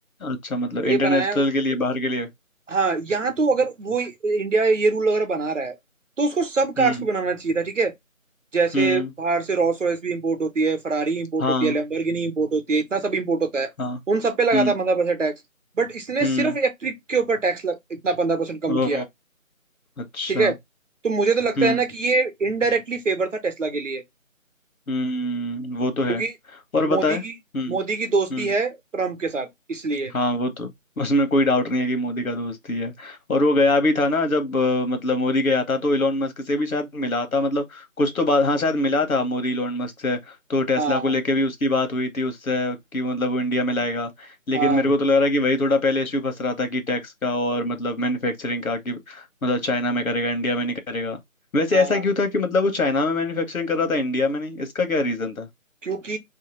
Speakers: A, on the left; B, on the right.
A: अच्छा मतलब
B: ये
A: इंटरनेशनल
B: बनाया उस-
A: के लिए बाहर के लिए
B: हाँ यहाँ तो अगर वो इंडिया ये रूल अगर बना रहा है तो उसको सब कार्स
A: हम्म
B: पे बनाना चाहिए था ठीक है जैसे
A: हम्म
B: बाहर से रोल्स रॉयस भी इंपोर्ट होती है फरारी इंपोर्ट
A: हाँ
B: होती है लैम्बोर्गिनी इंपोर्ट होती है इतना सब इंपोर्ट होता है
A: हाँ
B: उन सब पे लगा
A: हम्म
B: था पंद्रह परसेंट टैक्स बट इसने
A: हम्म
B: सिर्फ इलेक्ट्रिक के ऊपर टैक्स लग, इतना पंद्रह परसेंट कम
A: ओ
B: किया
A: अच्छा
B: ठीक है तो मुझे तो लगता
A: हम्म
B: है ना कि ये इनडायरेक्टली फेवर था टेस्ला के लिए
A: हम्म वो तो है
B: क्योंकि
A: और बताए
B: मोदी की
A: हम्म
B: मोदी की दोस्ती
A: हम्म,
B: है ट्रम्प के साथ इसलिए
A: हाँ वो तो उसमें कोई डाउट नहीं है कि मोदी का दोस्त ही है और वो गया भी था ना जब अ, मतलब मोदी गया था तो इलोन मस्क से भी शायद मिला था मतलब कुछ तो बात हाँ शायद मिला था मोदी इलोन मस्क से तो टेस्ला
B: हाँ
A: को लेके भी उसकी बात हुई थी उससे कि मतलब वो इंडिया में लाएगा लेकिन
B: हाँ
A: मेरे को तो लग रहा है कि वही थोड़ा पहले इश्यू फंस रहा था कि टैक्स का और मतलब मैन्युफैक्चरिंग का कि मतलब चाइना में करेगा इंडिया में नहीं करेगा वैसे
B: हाँ
A: ऐसा क्यों था कि मतलब वो चाइना में मैन्युफैक्चरिंग कर रहा था इंडिया में नहीं इसका क्या रीजन था
B: क्योंकि